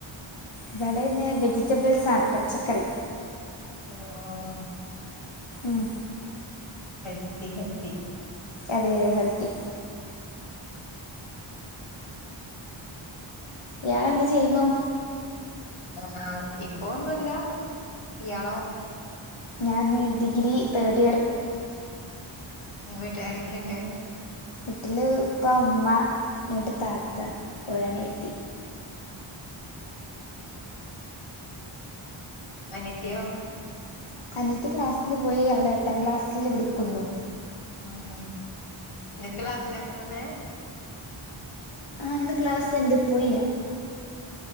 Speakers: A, on the left; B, on the left.
A: ഇവിടെന്ന് വെജിറ്റബിൾസണ് പച്ചക്കറി
B: ഓഹ്
A: ഉം
B: ഹെൽത്തി ഹെൽത്തി
A: അതെ അതെ ഹെൽത്തി ഇയാൾ എന്ത് ചെയ്യുന്നു?
B: ആഹ് ഇപ്പോ ഒന്നുല്ല ഇയാളോ?
A: ഞാന് ഡിഗ്രി തേർഡ് ഇയർ
B: വീട്ടിൽ ആരൊക്കെയുണ്ട്?
A: വീട്ടില് ഉപ്പ ഉമ്മ രണ്ട് താത്ത ഒര് അനിയത്തി
B: അനിയത്തിയോ
A: അനിയത്തി ക്ലാസ്സിന് പോയി അവള് എട്ടാം ക്ലാസ്സല് പഠിക്കുന്നു
B: ഉം ഇങ്ങക്ക് ക്ലാസ്സില്ലേ പ്പത്തന്നെ
A: ആഹ് ഇന്ന് ക്ലാസ്ണ്ട് പോയില്ല